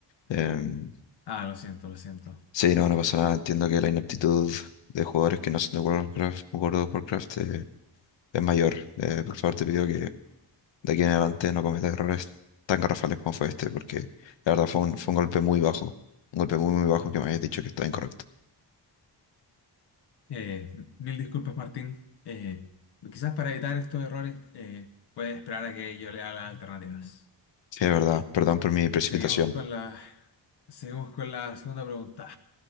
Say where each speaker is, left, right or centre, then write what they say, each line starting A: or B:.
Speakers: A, on the left; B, on the left.
A: Em,
B: Ah, lo siento, lo siento.
A: sí, no, no pasa nada. Entiendo que la inaptitud de jugadores que no son de World of Warcraft, World of Warcraft eh, es mayor. Eh, por favor, te pido que de aquí en adelante no cometa errores tan garrafales como fue este, porque la verdad fue un, fue un golpe muy bajo, un golpe muy, muy bajo que me habías dicho que estaba incorrecto.
B: Eh, mil disculpas, Martín. Eh, quizás para evitar estos errores, eh, puedes esperar a que yo lea las alternativas.
A: Sí, es verdad, perdón por mi precipitación.
B: Seguimos con la, seguimos con la segunda pregunta.